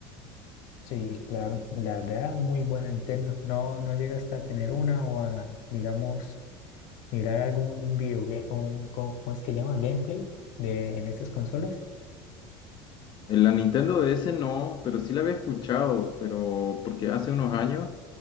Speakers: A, on the left; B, on the left.
A: sí, claro. La verdad, muy buena Nintendo. No, no llega hasta tener una o a, digamos, mirar algún video, un, ¿cómo cómo es que llama? Gameplay de, en esas consolas.
B: En la Nintendo DS no, pero sí la había escuchado, pero porque hace unos años